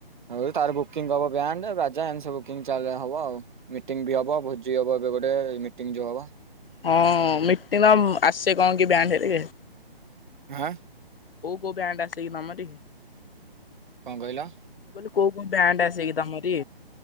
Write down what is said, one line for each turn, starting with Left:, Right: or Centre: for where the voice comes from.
Right: ଆଉ ତାର ବୁକିଂ ହବ ବ୍ୟାଣ୍ଡ ବା ଯାହା ହେଲେ ସେ ବୁକିଂ ଚାର୍ଜ ହବ ଆଉ। ମିଟିଂ ବି ହବ ଭୋଜି ହବ। ଯୋଉ ଗୋଟେ ମିଟିଂ ଯୋଉ ହବ।
Left: ହଁ ମିଟିନମ ଆସେ କଣ କି ବ୍ୟାଣ୍ଡ। <unintelligible>
Right: <inaudible>
Left: କୋଉ କୋଉ ବ୍ୟାଣ୍ଡ ଆସେ କି ତମରି?
Right: କଣ କହିଲ?
Left: ମୁଁ କହିଲି କୋଉ କୋଉ ବ୍ୟାଣ୍ଡ ଆସେ କି ତମରି?